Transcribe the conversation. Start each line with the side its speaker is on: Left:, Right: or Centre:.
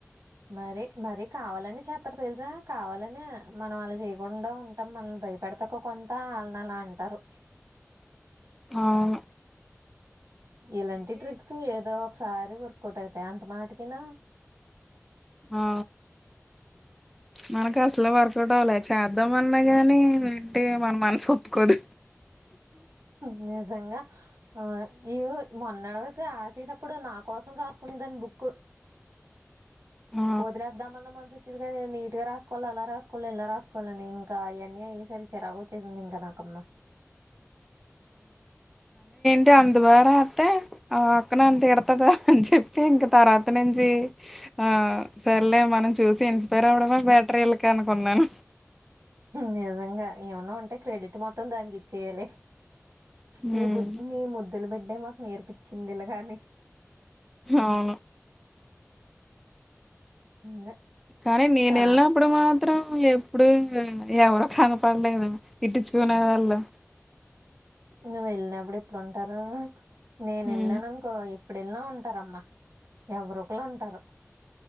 Right: మరి మరి కావాలని చెప్ అక్క తెలుసా కావాలని మనం అలా చేయకుండా ఉంటాం మనల్ని భయపెడతాకు కొంత అలాన అలా అంట్ తరు
Centre: ఆవును
Right: ఇలాంటి ట్రిక్స్ ఏదో ఒకసారి వర్కౌట్ అయితాయి అంత మాటకినా
Centre: ఆ మనకు అసలు వర్కౌట్ అవ్వాలి చేద్దాం అన్నా గాని ఏంటి మన మనసు ఒప్పుకోదు
Right: నిజంగా ఆ ఇగో మొన్నడి వరకు రాసేటప్పుడు నా కోసం రాసుకునే దాని బుక్
Centre: ఆ
Right: వదిలేద్దామన్న మనస్ చీల్ గని ఇగ నీటిగా రాసుకోవాలి అలా రాసుకోవాలి ఇలా రాసుకోవాలని ఇంకా అయ్యన్నీ అయ్యేసరికి చిరాకోచ్చేసింది ఇంకా నాకమ్మ
Centre: అంటే అంత భాగా అసితే ఆ అక్క నన్ను తిడుతదా అని చెప్పి ఇంక తర్వాత నుంచి ఆ సరేలే మనం చూసి ఇన్స్పైర్ అవ్వడమే బెటర్ ఇళ్లకి అనుకున్నాను
Right: నిజంగా ఏమన్నా ఉంటే క్రెడిట్ మొత్తం దానికి ఇచ్చేయ్యలి మీ
Centre: ఉమ్
Right: బు మీ ముద్దుల బిడ్డే మాకు నేర్పిచ్చింది ఇలాగని
Centre: హవును
Right: అదే
Centre: కానీ నేను
Right: కా
Centre: వెళ్ళినప్పుడు మాత్రం కు ఎప్పుడు ఎవరు కనపడలేదు తిట్టిచుకునే వాళ్ళు
Right: ఇంగ వెళ్ళినప్పుడు ఎప్పుడుంటారు నేను వెళ్ళినానుకో
Centre: ఉమ్
Right: ఇప్పుడేన్నో ఉంటారమ్మా ఎవరో ఒకలుంటారు